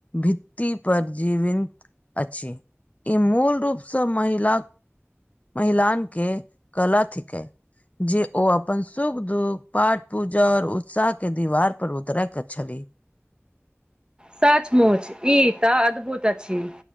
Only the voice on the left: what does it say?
भित्ति पर जीविन्त अछि ई मूल रूपसँ महिला महिलाान केँ कला थिकैन जे ओ अपन सुख दुःख पाठ पूजा आओर उत्साह केँ दीवार पर उतरैक छलीह